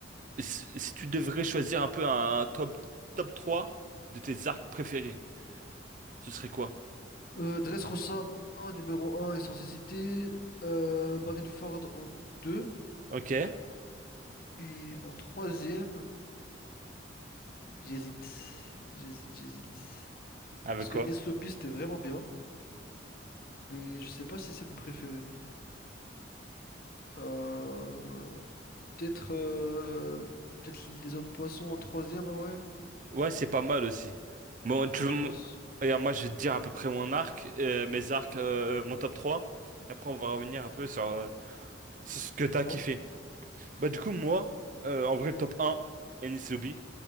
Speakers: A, on the right; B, on the left.
A: Si, si tu devrais choisir un peu un, un top, top 3 de tes arcs préférés, ce serait quoi?
B: Euh, Dressrosa en numéro un et sans hésiter. Euh, Marineford en deux
A: Ok.
B: Et en troisième, j'hésite. J'hésite, j'hésite.
A: Avec
B: Parce qu'Agnès
A: quoi?
B: Lobby, c'était vraiment bien. Mais je sais pas si c'est mon préféré. Euh, peut-être euh, peut-être l'île des hommes poissons en troisième en vrai.
A: Ouais, c'est pas mal aussi. Bon,
B: Ouais,
A: tu veux...
B: je
A: mon-
B: pense.
A: Regarde, moi, je vais te dire à peu près mon arc, euh, mes arcs, euh, mon top trois Et après, on va revenir un peu sur, euh, sur ce que t'as
B: Dis-moi.
A: kiffé. Bah, du coup, moi, euh, en vrai, le top un Enies Lobby.